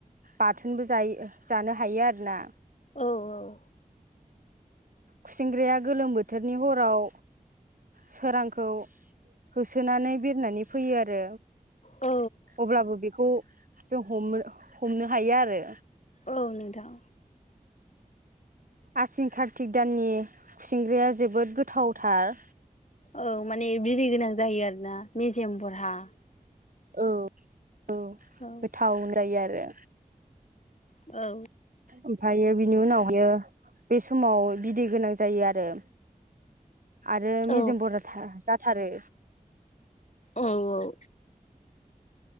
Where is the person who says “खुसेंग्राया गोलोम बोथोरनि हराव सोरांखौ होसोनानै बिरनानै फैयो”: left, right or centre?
Right